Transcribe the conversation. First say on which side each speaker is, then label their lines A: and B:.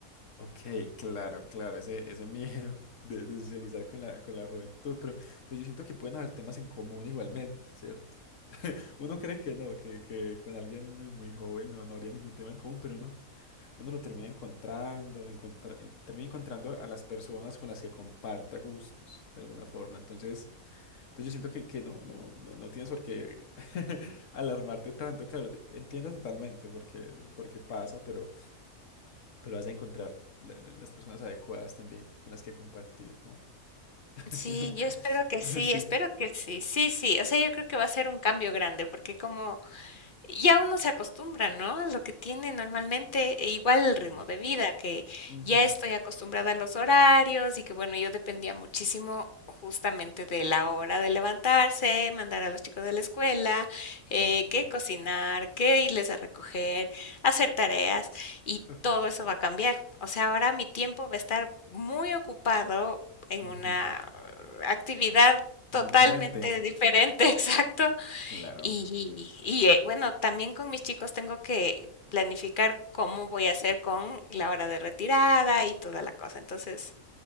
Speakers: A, on the left; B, on the left.
A: Ok, claro, claro, ese, ese miedo <laughs> de, de socializar con la, con la juventud, pero, pero yo siento que pueden haber temas en común igualmente, ¿cierto? Uno cree que no, que, que con alguien muy joven no, no habría ningún tema en común, pero no. Uno lo termina encontrando, encontrar- eh, termina encontrando a las personas con las que comparta gustos, de alguna forma. Entonces, entonces yo siento que, que no, no, no, no tienes por qué <laughs> alarmarte tanto. Claro, te- entiendo totalmente porque, porque pasa, pero, pero vas a encontrar la- la- las personas adecuadas también con las que compartir, ¿no? <laughs>
B: Sí, yo espero que sí,
A: Sí.
B: espero que sí. Sí, sí, o sea, yo creo que va a ser un cambio grande, porque como Ya uno se acostumbra, ¿no? A lo que tiene normalmente, e igual el
A: Claro.
B: ritmo de vida, que
A: Ujú.
B: ya estoy acostumbrada a los horarios y que, bueno, yo dependía muchísimo justamente de la hora de levantarse, mandar a los chicos de la escuela, eh,
A: Ujú.
B: que cocinar, qué irles a recoger, hacer tareas y
A: Ok.
B: todo eso va a cambiar. O sea, ahora mi tiempo va a estar muy ocupado en
A: Ujú,
B: una eh, actividad totalmente
A: Muy diferente.
B: diferente, <laughs> exacto.
A: Claro,
B: Y, y eh, bueno, también con mis chicos tengo que planificar cómo voy a hacer con la hora de retirada y toda la cosa. Entonces,